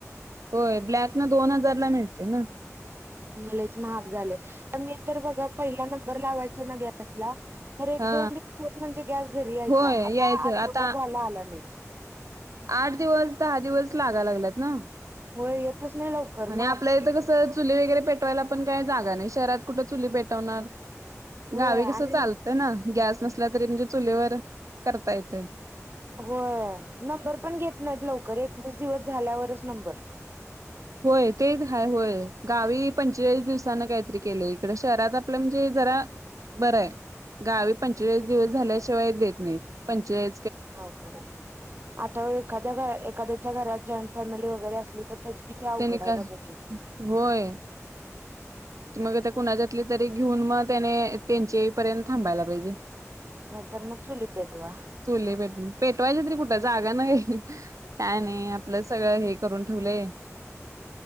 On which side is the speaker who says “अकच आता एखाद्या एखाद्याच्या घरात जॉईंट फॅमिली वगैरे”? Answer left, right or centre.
Right